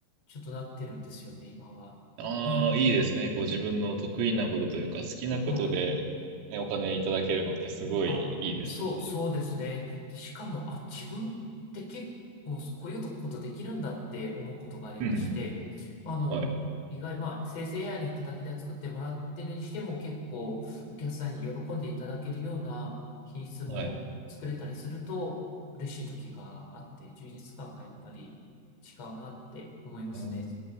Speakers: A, on the left; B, on the right.
A: ちょっとなってるんですよね、今は。
B: ああ、
A: はい、
B: いいですね。こう自分の得意なことというか、好きなことで、
A: はい。
B: ね、お金いただけるのってすごいいいですよね。
A: あ、そう、そうですね。で、しかも、あ、自分って結構こういうことできるんだって思うことがありまして、
B: <laughs> うん
A: まあ、あの、
B: はい。
A: 意外、まあ、生成やに叩き台作ってもらってるにしても結構お客さんに喜んでいただけるような品質も作れたりすると嬉しい時があって、
B: はい。
A: 充実感がやっぱり違うなって思いますね。
B: うん。